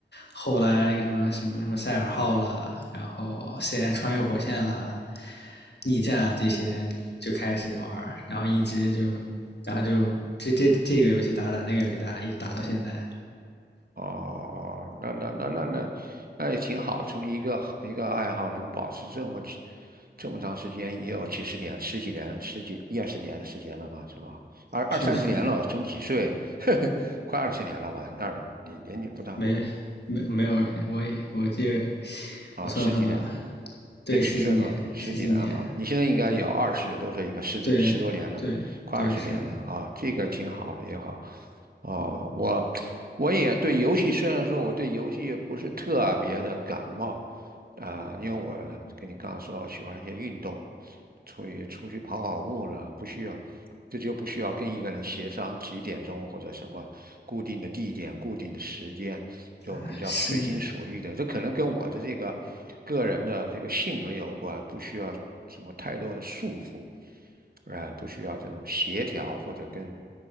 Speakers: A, on the left; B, on the right.
A: 后来那个什么什么什么赛尔号啦，然后 CI 穿越火线啦，逆战啊这些就开始玩然后一直就，然后就这这这个游戏打打，那个游戏打打，一直打到现在，
B: 哦哦，那那那那那那也挺好，从一个一个爱好能保持这么久这么长时间，也有几十年、十几年、十几一二十年的时间了吧，是吧？二二三十年了，
A: 确实
B: 从几岁，<laughs> 快二十年了吧？二你年纪不大
A: 没没没有，我也我这
B: 啊，
A: 我算算啊，
B: 十几年。
A: 对，
B: 那几岁嘛，
A: 十几年，
B: 十几年嘛，
A: 十几年，
B: 你现在应该有二十多岁，
A: 对
B: 应该十十多年了，
A: 对对对是
B: 快二十年了啊，这个挺好的也好。哦，我我也对游戏，虽然说我对游戏不是特别的感冒啊、因为我跟你刚刚说了，喜欢一些运动，所以出去跑跑步呢，不需要，这就不需要跟一个人协商几点钟或者什么固定的地点、固定的时间，就比较随心所欲的。
A: 是
B: 这可能跟我的这个个人的这个性格有关，不需要什么太多的束缚，啊、不需要这种协调或者跟，